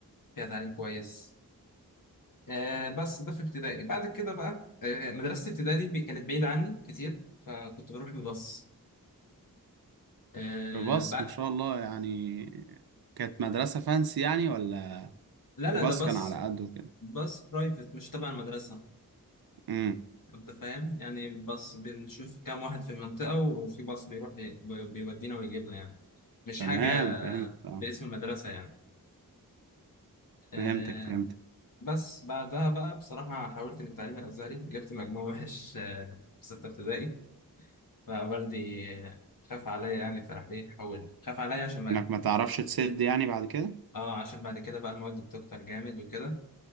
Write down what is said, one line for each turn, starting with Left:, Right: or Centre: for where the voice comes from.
Left: فيها تعليم كويس آه بس ده في ابتدائي بعد كده بقى آه مدرسة ابتدائي دي بي- كانت بعيدة عني كتير فكنت بروح بباص آه
Right: بس
Left: بقى
Right: ما شاء الله يعني كانت مدرسة فانسي يعني ولا
Left: لا لا
Right: باص
Left: ده باص
Right: كان على قده كده
Left: باص برايفت مش تبع المدرسة
Right: امم
Left: انت فاهم يعني بس بنشوف كام واحد في المنطقة وفي باص بيروح بي- بي- بيودينا ويجيبنا يعني مش
Right: تمام
Left: حاجة
Right: فهمت اه
Left: باسم المدرسة يعني آه،
Right: فهمتك فهمتك
Left: بس بعدها بقى بصراحة حاولت من التعليم الأزهري جبت مجموع وحش آه، في ستة ابتدائي فوالدي آه، خاف عليا يعني فراح إيه حول خاف عليا عشان ما
Right: انك ما تعرفش تسد يعني بعد كده
Left: اه عشان بعد كده بقى المواد بتكتر جامد وكده